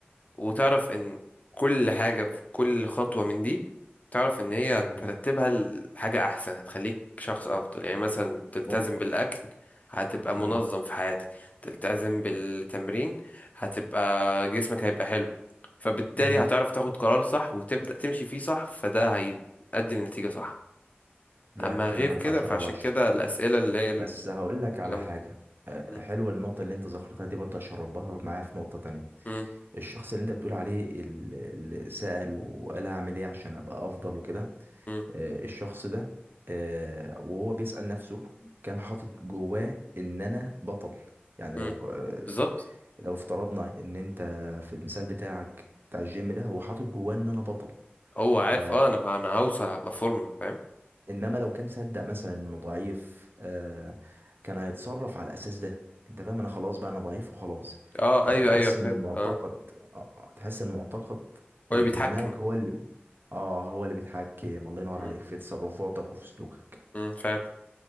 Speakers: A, on the left; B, on the right.
A: وتعرف ان كل حاجة في كل خطوة من دي تعرف ان هي
B: مم.
A: ترتبها لحاجة احسن هتخليك شخص افضل يعني مثلا تلتزم
B: نقطة
A: بالاكل هتبقى
B: مم.
A: منظم في حياتك تلتزم بالتمرين هتبقى جسمك هيبقى حلو فبالتالي
B: مم.
A: هتعرف تاخد قرار صح وتبدأ تمشي فيه صح فده هيؤدي لنتيجة صح
B: لا
A: اما
B: كلامك
A: غير كده
B: عشرة
A: فعشان
B: على عشرة
A: كده الاسئلة اللي هي
B: بس هقول
A: الكلام
B: لك على حاجة
A: ده
B: أه،
A: م-
B: حلوة النقطة اللي انت ذكرتها دي برضه عشان ربطها معايا في نقطة تانية
A: م-
B: الشخص اللي انت بتقول عليه ال- اللي سأل وقال هعمل ايه عشان ابقى افضل وكده
A: م-
B: أه، الشخص ده أه، وهو بيسأل نفسه كان حاطط جواه ان انا بطل يعني
A: م.
B: لو أه،
A: بالظبط
B: لو افترضنا ان انت في المثال بتاعك بتاع الجيم ده هو حاطط جواه ان انا بطل
A: هو عارف
B: ف
A: اه انا انا هوصل هبقى فورمة فاهم
B: انما لو كان صدق مثلا انه ضعيف آه كان هيتصرف على الاساس ده انت فاهم انا خلاص بقى انا ضعيف وخلاص
A: اه
B: فتحس
A: ايوه ايوه
B: ان
A: فهمت
B: المعتقد
A: اه هو
B: آه آه، تحس ان المعتقد
A: اللي
B: اللي
A: بيتحكم
B: في دماغك هو اللي اه هو اللي بيتحكم الله ينور
A: مم،
B: عليك في تصرفاتك وفي سلوكك
A: مم، فعلا